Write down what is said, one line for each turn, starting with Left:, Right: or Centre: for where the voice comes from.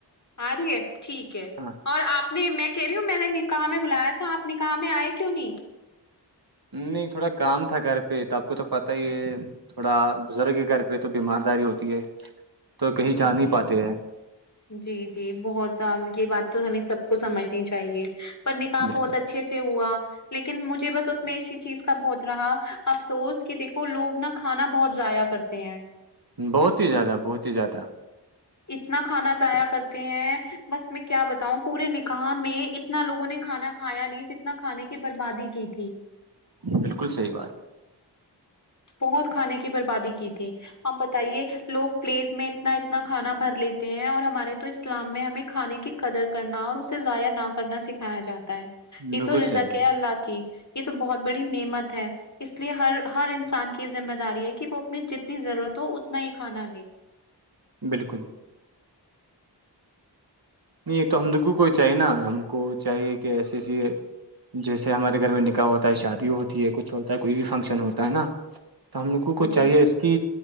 Left: آ رہی ہے ٹھیک ہے
Right: ہاں
Left: اور آپ نہیں میں کہ رہی ہوں میں نے نکا میں بلایا تھا آپ نکاح میں آئے کیوں نہیں
Right: نہیں تھوڑا کام تھا گھر پہ تو آپ کو تو پت ہی ہے <unintelligible> تھوڑا بزرگ کے گھر پہ تو بیمار داری ہوتی ہے تو کہیں
Left: جی
Right: جا نہیں
Left: جی
Right: پاتے ہیں
Left: جی جی بہت یہ بات تو ہمیں سب کو سمجھنی چاہیے پر نکح
Right: بالکل
Left: بہت اچھے سے ہوا لیکن مجھے بس اس میں اسی چیز کا بہت رہا افسوس کہ دیکھو لوگ نا کھانا بہت ضائع کرتے ہیں
Right: بہت ہی زیادہ بہت ہی زیادہ
Left: اتنا کھانا ضاع کرتے ہیں <unintelligible> بس میں کیا بتاؤں پورے نکاح میں اتنا لوگوں نے کھانا کھایا نہیں جتنا کھانے کی بربادی کی تھی
Right: بالکل صحی بات
Left: بہنت کھانے کی بربادی کی تھی <unintelligible> آپ بتائیے لوگ پلیٹ میں اتنا اتنا کھانا بھر لیتے ہیں اور ہمارے تو اسلام میں ہمیں کھانے کے قدر کرنا اور اسے ضائع نہ کرنا سکھایا جاتا ہے
Right: بالکل
Left: یہ تو رزک
Right: صحیح بات
Left: ہے اللہ کی یہ تو بہت بڑی نعمت ہے اس لیے ہر ہر ان سان کی یہ ذمہ داری ہے کہ وہ اپنی جتنی ضرورت ہو اتنا ہی کھانا لے <unintelligible>
Right: بالکل نہیں تو ہم لوگوں کو چاہیے نا ہم کو چاہیے کہ ایسی ایسی جیسے ہمارے گھر میں نکاح ہوتا ہے شادی ہوتی ہے کچھ ہوتا ہے کوئی بھی فنکشن ہوتا ہے نا تو ہم لوگوں کو
Left: جی
Right: چاہیے اس کی